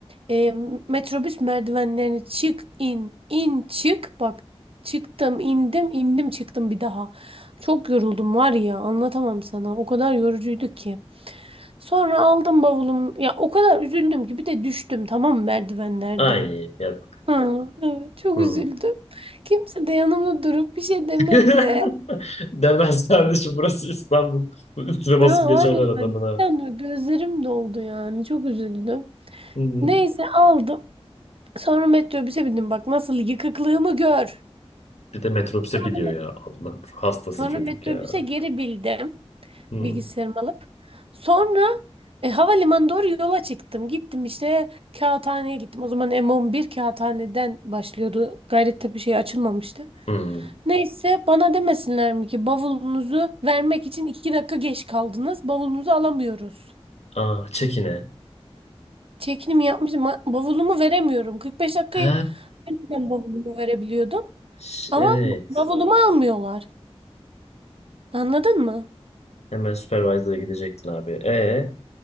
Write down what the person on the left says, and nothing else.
Ay yap.
Hı.
<laughs> Demez kardeşim burası İstanbul. Üstüne
basıp
geçerler
adamın
ha.
Hı.
Bir de metrobüse
biniyor
ya. Allah hastası
çocuk
ya.
Hı.
Hı.
Aa çekine.
He.
Ş-
Evet.
Hemen supervisor'a gidecektin abi. E.